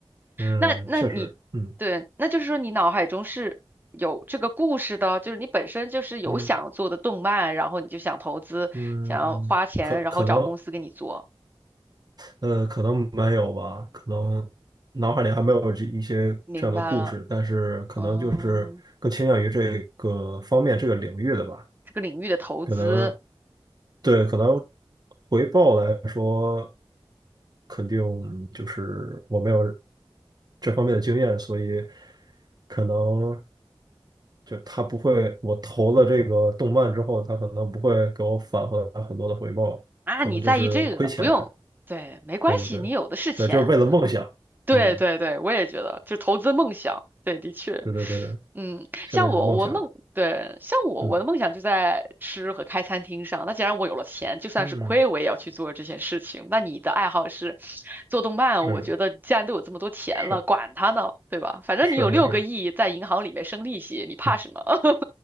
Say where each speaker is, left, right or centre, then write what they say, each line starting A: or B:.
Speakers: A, on the right; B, on the right.
A: 嗯，
B: 那那你对，
A: 确实，嗯
B: 那就是说你脑海中是有这个故事的，就是你本身就是有想做的动漫，
A: 嗯
B: 然后你就想投资，
A: 嗯，
B: 想要花钱，
A: 可可能。
B: 然后找公司给你做。
A: 呃，可能没有吧，可能脑海里还没有这一些这样的故事，
B: 明白了，
A: 但是可能就是更倾向于这个方面这个领域的吧。
B: 嗯，这个领域的投资
A: 可能对，可能回报来说，肯定就是我没有这方面的经验，所以可能就他不会，我投了这个动漫之后，他可能不会给我返回来很多的回报，
B: 啊，
A: 可能就是亏钱。
B: 你在意这个，不用，对，没关系，
A: 对对对，
B: 你有的是钱。
A: 对，就是为了梦想。
B: 对对对，
A: 嗯，
B: 我也觉得，就投资梦想，对，的确，
A: 对对对对，
B: 嗯，
A: 现在就是梦想。
B: 像我，我梦，对，像我，
A: 嗯
B: 我的梦想就在吃和开餐厅上。那既然我有了钱，就算是亏，
A: 嗯
B: 我也要去做这件事情。那你的爱好是做动漫，
A: 嗯，是
B: 我觉得既然都有这么多钱了，
A: 是
B: 管它呢，对吧？反正你有六个亿在银行里面生利息，
A: 是是是，
B: 你怕什么？
A: 嗯
B: <laughs>